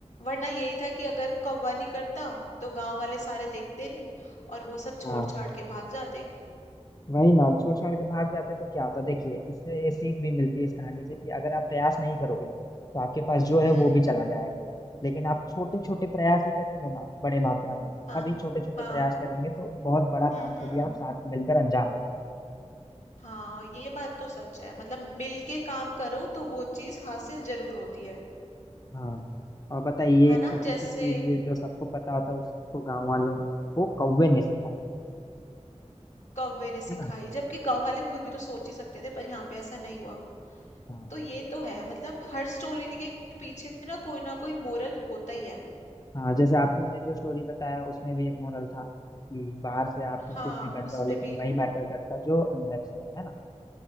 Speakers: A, on the left; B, on the left.
A: वरना यही था कि अगर कौवा नहीं करता तो गांव वाले सारे देखते नहीं और वो सब छोड़
B: हाँ
A: छाड़ के भाग जाते
B: वही ना छोड़ छाड़ के भाग जाते तो क्या होता देखिए इससे ये सीख भी मिलती है इस कहानी से कि अगर आप प्रयास नहीं करोगे ना तो आपके पास जो है
A: हम्म
B: वो भी चला जाएगा लेकिन आप छोटे छोटे प्रयास ही करेंगे ना बड़े मात्रा में
A: हाँ
B: सभी
A: हाँ
B: छोटे छोटे
A: हाँ
B: प्रयास करेंगे तो बहुत बड़ा
A: हम्म
B: काम को
A: हम्म
B: भी
A: हम्म।
B: आप साथ में मिलकर अंजाम दे सकते
A: हाँ ये बात तो सच है मतलब मिल के काम करो तो वो चीज हासिल जरूर होती है
B: हाँ हैं। हाँ और बताइए
A: है
B: एक
A: ना
B: छोटी
A: जैसे
B: सी चीज जो सबको पता होता है उसको गांव वालों को कौवे ने सिखाई
A: कौवे ने सिखाई
B: है ना
A: जबकि गांव वाले खुद भी तो सोच ही सकते थे पर यहाँ पे ऐसा नहीं हुआ
B: हाँ
A: तो ये तो है मतलब हर स्टोरी के पीछे ना कोई ना कोई मोरल होता ही है
B: हाँ जैसे आपने जो स्टोरी बताया उसमें भी एक मोरल था कि बाहर से आप
A: हाँ
B: कुछ भी बन
A: उसमें
B: जाओ लेकिन
A: भी
B: वही मैटर करता जो अंदर से है है ना